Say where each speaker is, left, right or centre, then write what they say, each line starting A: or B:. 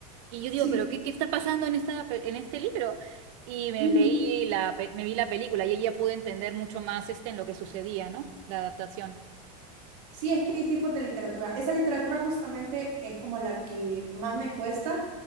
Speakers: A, on the right; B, on the right.
A: Y yo digo,
B: Sí.
A: pero ¿qué, qué está pasando en esta, pe- en este libro? Y me
B: Ujú.
A: leí la, pe- me vi la película y ahí ya pude entender mucho más este en lo que sucedía, ¿no? La adaptación.
B: Sí, es que hay tipos de literatura. Esa literatura justamente es como la que más me cuesta